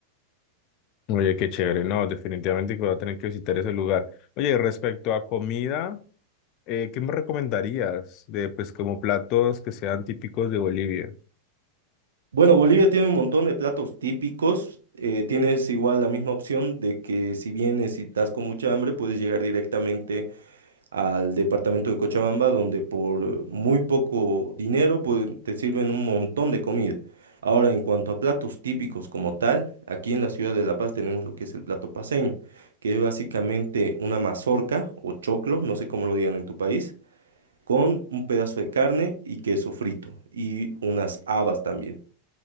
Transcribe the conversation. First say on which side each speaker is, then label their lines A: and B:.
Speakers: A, on the left; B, on the right.
A: Oye, qué chévere, no, definitivamente que voy a tener que visitar ese lugar. Oye, respecto a comida, eh, ¿qué me recomendarías de, pues, como platos que sean típicos de Bolivia?
B: Bueno, Bolivia tiene un montón de platos típicos. eh, tienes igual la misma opción de que si vienes y estás con mucha hambre, puedes llegar directamente al departamento de Cochabamba, donde por muy poco dinero pues, te sirven un montón de comida. Ahora, en cuanto a platos típicos como tal, aquí en la ciudad de La Paz tenemos lo que es el plato paceño, que es básicamente una mazorca o choclo, no sé cómo lo digan en tu país, con un pedazo de carne y queso frito y unas habas también.